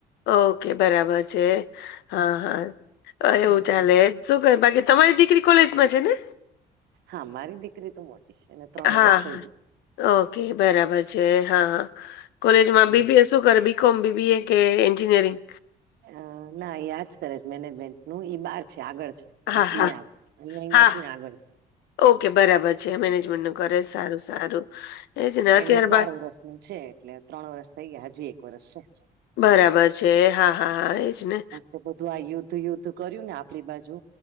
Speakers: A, on the left; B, on the right.
A: ઓકે બરાબર છે હા હા એવું
B: એટલી
A: ચાલે જ શું કહે બાકી તમારી દીકરી કોલેજમાં છે ને,
B: હા, મારી દીકરી તો મોટી છે એને ત્રણ
A: હા
B: વર્ષ થઈ
A: હા
B: ગઈ.
A: ઓકે બરાબર છે, હા હા કોલેજમાં
B: હમ
A: બીબીએસ શું કર બીકોમ બીબીએ કે એન્જિનિયરિંગ
B: હ ના એ આજ કરે છે મેનેજમેન્ટ નું ઈ બાર છે, આગળ છે.
A: હા
B: આપડી
A: હા
B: આ અહિયાં
A: હા
B: નથી ને આગળ છે
A: ઓકે બરાબર છે, મેનેજમેન્ટનો રે સારું સારું અત્યાર
B: એનું ચાર
A: બાદ
B: વર્ષ નું છે, એટલે ત્રણ વરષ થઈ ગયા હજી એક વરષ છે.
A: બરાબર છે, હા હા હા એજ ને
B: તે બધું આ યુદ્ધ યુદ્ધ કર્યું ને આપણી બાજુ